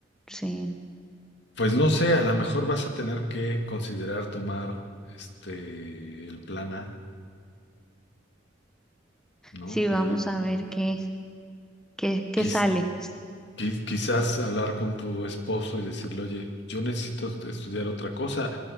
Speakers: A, in the centre; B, on the left.
A: sí.
B: Pues no sé, a lo mejor vas a tener que considerar tomar este el plan A, ¿no?
A: Sí,
B: De
A: vamos a ver qué, qué, qué
B: quiz-
A: sale.
B: qui- quizás hablar con tu esposo y decirle, oye, yo necesito est- estudiar otra cosa,